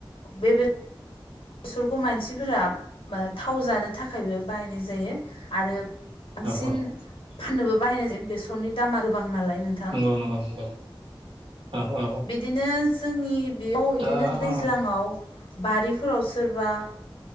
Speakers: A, on the left; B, on the right.
A: बे बेसरखौ मानसिफोरा थाव जानो थाखायबो बाहायनाय जायो आरो। बांसिन
B: औ
A: फाननोबो बाहायनाय जायो बेसरनि दामा गोबां नालाय नों
B: नंगौ नंगौ नंगौ औ औ
A: बिदिनो जोंनि बेयाव बिदिनो
B: दा औ
A: दैज्लाङाव बारिफोराव सोरबा